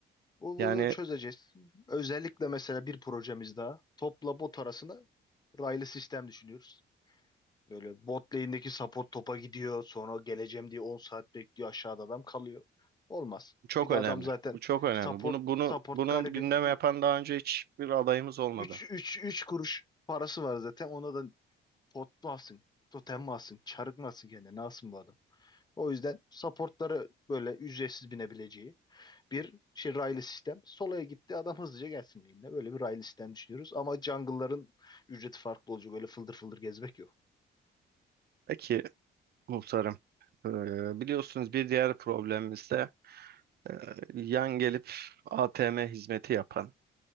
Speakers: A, on the left (about 20°); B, on the right (about 55°).
A: Bu,
B: Yani
A: bunu çözeceğiz. Özellikle mesela bir projemiz daha. Topla bot arasında raylı sistem düşünüyoruz. Böyle bot lane'deki support topa gidiyor. Sonra geleceğim diye 10 saat bekliyor. Aşağıda adam kalıyor. Olmaz.
B: bu çok
A: Bir de
B: önemli.
A: adam zaten
B: Bu çok önemli.
A: support
B: Bunu bunu
A: support
B: bunu
A: garibim
B: gündeme yapan daha önce hiçbir adayımız olmadı.
A: üç üç üç kuruş parası var zaten. Ona da pot mu alsın? Totem mi alsın? Çarık mı alsın kendine? Ne alsın bu adam? O yüzden supportları böyle ücretsiz binebileceği bir şey raylı sistem. Solaya gitti adam hızlıca gelsin lane'ine. Böyle bir raylı sistem düşünüyoruz. Ama jungle'ların ücreti farklı olacak. Öyle fıldır fıldır gezmek yok.
B: Peki muhtarım, e, biliyorsunuz bir diğer problemimiz de e, yan gelip ATM hizmeti yapan,